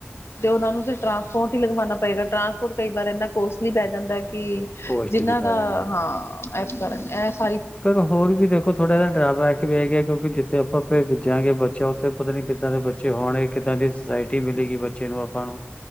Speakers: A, on the left; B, on the left.
A: ਤੇ ਉਹਨਾਂ ਨੂੰ ਫਿਰ ਟਰਾਂਸਪੋਰਟ ਹੀ ਲਗਵਾਉਣਾ ਪਏਗਾ ਟਰਾਂਸਪੋਰਟ ਕਈ ਵਾਰ ਇੰਨਾ ਕੋਸਟਲੀ ਪੈ ਜਾਂਦਾ ਕਿ
B: ਕੋਸਟ
A: ਜਿੰਨਾਂ
B: ਦੀ ਪੈ
A: ਦਾ
B: ਜਾਂਦਾ
A: ਹਾਂ, ਇਸ ਕਾਰਨ ਇਸ
B: ਪਰ ਹੋਰ ਵੀ ਦੇਖੋ ਥੋੜਾ ਜਿਹਾ ਡਰਾਬੈਕ ਵੀ ਹੈ ਗਿਆ ਕਿਉਂਕਿ ਜਿੱਥੇ ਆਪਾਂ ਪੈਜਾਂਗੇ ਬੱਚਿਆ ਉਥੇ ਉੱਥੇ ਪਤਾ ਨੀ ਕਿੱਦਾਂ ਦੇ ਬੱਚੇ ਹੋਣਗੇ ਕਿੱਦਾਂ ਦੀ ਸੁਸਾਇਟੀ ਮਿਲੇਗੀ ਬੱਚੇ ਨੂੰ ਆਪਾਂ ਨੂੰ।